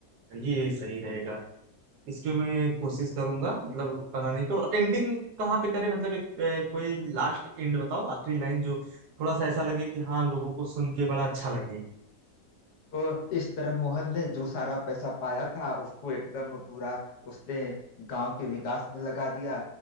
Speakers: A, on the right; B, on the left.
A: तो ये सही रहेगा इसकी मैं कोशिश करूंगा मतलब बनाने की और एंडिंग कहाँ पे करें मतलब एक अ, कोई लास्ट एंड बताओ आखिरी लाइन जो थोड़ा सा ऐसा लगे कि हाँ लोगों को सुन के बड़ा अच्छा लगे
B: तो इस तरह मोहन ने जो सारा पैसा पाया था उसको एकदम पूरा उसने गांव के विकास में लगा दिया